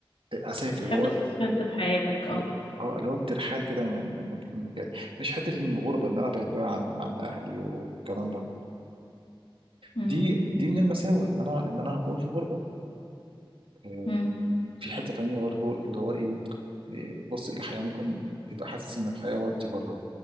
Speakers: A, on the right; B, on the left.
A: آه، اسافر
B: بتحب
A: اللي هو
B: السسبنس في حياتك اه
A: ال- اه اللي هو الترحال كده من من مكان لمكان مش حته إن الغربه ان انا ابعد بقى عن عن اهلي والكلام ده
B: امم
A: دي دي من المساوئ ان انا ان انا هكون في غربه آه،
B: امم
A: في حته تانية برضو اللي هو ايه إيه، بص الحياه ممكن تبقى حاسس ان الحياه وردي بره